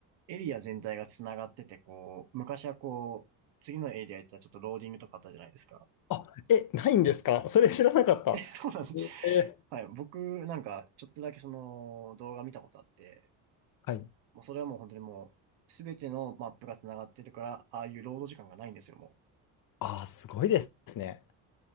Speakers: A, on the right (about 80°); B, on the left (about 50°).
A: エリア全体が繋がってて、こう、昔はこう、次のエリア行ったらちょっとローディングとかあったじゃないですか。
B: あ、え、ないんですかそれ知らなかった。
A: <laughs> え、そうなんです。
B: えー
A: はい。僕、なんか、ちょっとだけその動画見たことあって、
B: はい。
A: もうそれはもう本当にもう、すべてのマップが繋がってるから、ああいうロード時間がないんですよ、もう。
B: ああ、すごいですね。